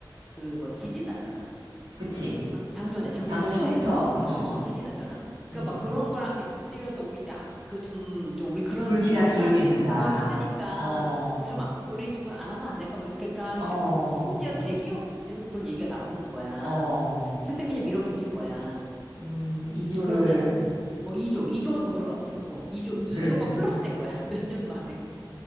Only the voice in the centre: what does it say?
그, 뭐, 지진 났잖아.
작, 작년에, 작년
초에.
어, 어, 지진 났잖아. 그니까
막 그런 거랑 이제 곁들여서 우리 이제, 아, 그 좀, 좀 우리 그런
심각한,
어, 어, 있으니까,
우리 좀, 아- 우리 지금 안 하면 안 될까? 뭐, 그니까,
심지어 대기업에서도 그런 얘기가 나오는 거야.
근데 그냥 밀어붙인 거야.
음, 그런데다, 어, 2조, 2조가 더 들어왔대, 그거. 2조, 2조가
플러스 된 거야, <laughs> 몇 년 만에. <laughs>